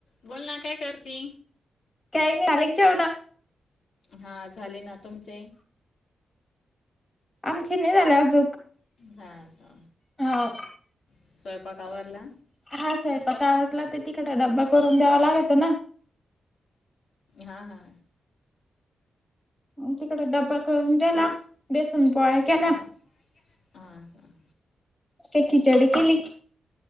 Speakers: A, on the left (about 75°); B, on the left (about 25°).
A: बोल ना काय करते.
B: काही नाही झाले का जेवण?
A: हा झाले ना. तुमचे?
B: आमचे नाही झाले आजूक.
A: हा का
B: हा
A: स्वयंपाक आवरला?
B: हा स्वयंपाकावर तर तिकड डब्बा करून द्यावा लागतो ना.
A: हा हा
B: हव तिकड डब्बा करून दिला.
A: हो
B: बेसन पोळ्या केल्या.
A: हा हा का
B: ते खिचडी केली.